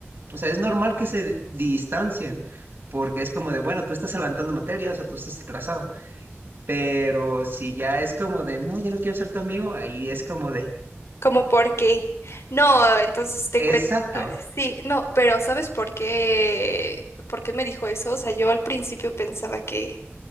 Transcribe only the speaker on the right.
o sea, es normal que se distancien, porque es como de, bueno, tú estás adelantando materias o tú estás atrasado, pero si ya es como de, no, ya no quiero ser tu amigo, ahí es como de,
exacto.